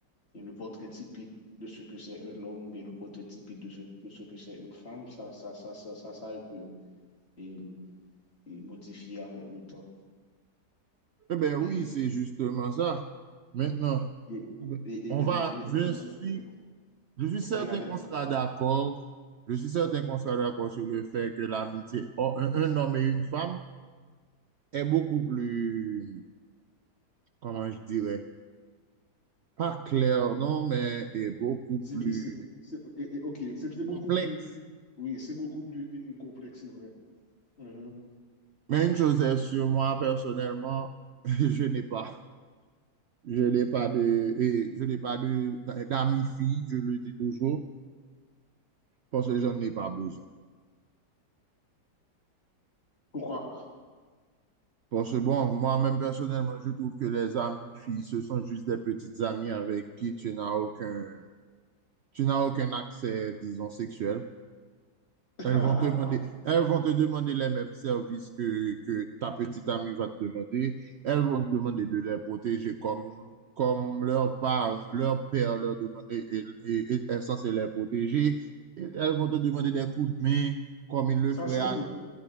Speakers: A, on the left; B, on the right.
A: le portrait typique de ce que c'est un homme ou bien le portrait typique de ce, de ce que c'est une femme, ça, ça, ça, ça, ça, ça, peut et, et modifier avec le temps.
B: Eh bien oui,
A: Et
B: c'est justement ça. Maintenant,
A: et et,
B: on
A: et maintenant,
B: va,
A: maintenant,
B: je
A: maintenant,
B: suis,
A: maintenant,
B: je suis
A: maintenant,
B: certain
A: il y a des
B: qu'on sera d'accord. Je suis certain qu'on sera d'accord sur le fait que l'amitié, entre un, un homme et une femme, est beaucoup plus, comment je dirais, pas clair, non, mais est beaucoup
A: difficiles.
B: plus
A: C'est- et- et, ok, c'est c'est beaucoup
B: complexe.
A: plus, oui, c'est beaucoup plus et- et complexe, c'est vrai. Mhm.
B: Mais une chose est sûre, moi, personnellement, <laughs> je n'ai pas. Je n'ai pas de, et je n'ai pas de, d'amis filles, je le dis toujours, parce que j'en ai pas besoin.
A: Pourquoi?
B: Parce que bon, moi-même personnellement, je trouve que les amis filles, ce sont juste des petites amies avec qui tu n'as aucun, tu n'as aucun accès, disons, sexuel.
A: <laughs>
B: Elles vont te demander, elles vont te demander les mêmes services que, que ta petite amie va te demander. Elles vont te demander de les protéger comme, comme leur parents, leur père leur demande, et, et- et- et est censé les protéger. Et elles vont te demander des coups de main comme ils le
A: Ça,
B: feraient
A: c'est
B: à...
A: un peu,